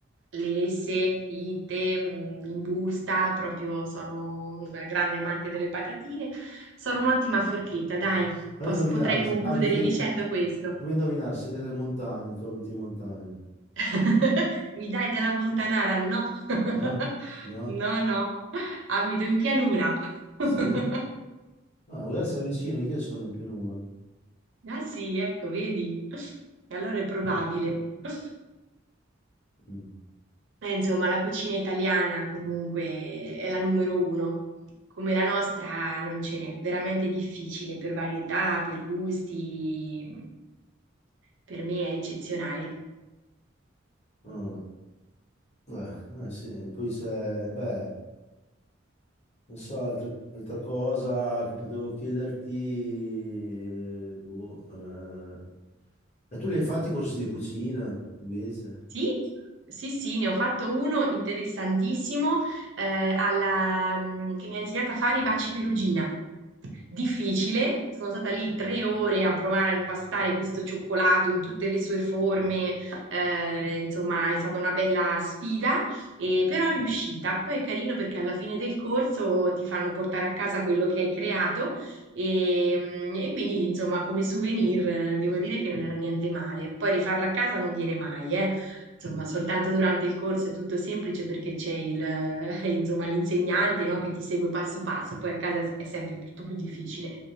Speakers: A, on the right (about 65°); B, on the left (about 35°).
A: Lesse, fritte, mm, in busta, proprio sono un grande amante delle patatine. Sono un'ottima forchetta, dai,
B: Fammi
A: pos-
B: indovinare,
A: potrei concludere
B: s- abiti,
A: dicendo questo.
B: fammi indovinare, sei delle montagne, tu abiti in montagna,
A: <laughs> Mi dai della Montanara? No, <laughs>
B: no? No?
A: no, no, abito in pianura. <laughs>
B: Sì? Ah, magari sei vicino, che sono in pianura.
A: Ah sì, ecco, vedi. E allora è probabile. Eh,
B: Mm.
A: insomma, la cucina italiana comunque è la numero uno. Come la nostra non ce n'è, veramente difficile per varietà, per gusti. Per me è eccezionale.
B: Ah, eh, eh, sì, poi se, beh, non so, altre- altra cosa che potevo chiederti, boh, eh. E tu li hai fatti i corsi di cucina, invece?
A: Sì, sì, sì, ne ho fatto uno interessantissimo eh, alla- mh, che mi ha insegnato a fare i baci perugina. Difficile, sono stata lì tre ore a provare a impastare questo cioccolato in tutte le sue forme, eh, insomma è stata una bella sfida, eh, però è riuscita. Poi è carino perché alla fine del corso ti fanno portare a casa quello che hai creato e, mh, e quindi insomma come souvenir eh, devo dire che non era niente male. Poi rifarla a casa non viene mai, eh. Insomma, soltanto durante il corso è tutto semplice perché c'è il, <laughs> eh, insomma, l'insegnante, no, che ti segue passo passo, poi a casa è sempre tutto più difficile.